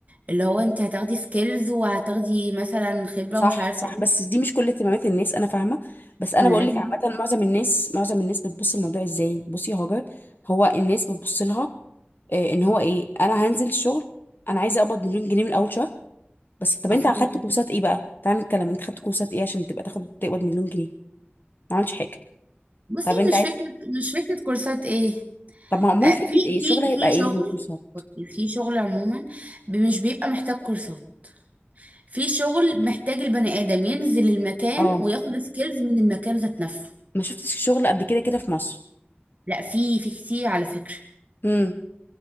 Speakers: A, on the right; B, on the left.
A: اللي هو انت هتاخدي سكيلز وهتاخدي مثلا خبرة
B: صح
A: ومش عارفة
B: صح
A: ايه
B: بس دي مش كل اهتمامات الناس انا فاهمه بس انا
A: انا
B: بقول
A: لازم
B: لك عامه معظم الناس معظم الناس بتبص الموضوع ازاي بصي يا هاجر هو الناس بتبص لها آه، ان هو ايه انا هنزل الشغل انا عايزه اقبض مليون جنيه من اول شهر بس طب انت
A: افهم
B: اخدت كورسات ايه بقى تعال نتكلم انت خدت كورسات ايه عشان تبقى تاخد تقبض مليون جنيه ما عملتش حاجه
A: بصي
B: طب انت
A: مش
B: عايز
A: فكرة مش فكرة كورسات ايه
B: طب ما امال
A: آه،
B: فكره
A: في
B: ايه الشغل
A: في
B: هيبقى
A: في
B: ايه
A: شغل
B: غير الكورسات
A: في شغل عموما ب- مش بيبقى محتاج كورسات في شغل محتاج البني ادم ينزل المكان
B: اه
A: وياخد سكيلز من المكان ذات نفسه
B: ما شفتش شغل قبل كده كده في مصر
A: لا في في كتير على فكرة
B: امم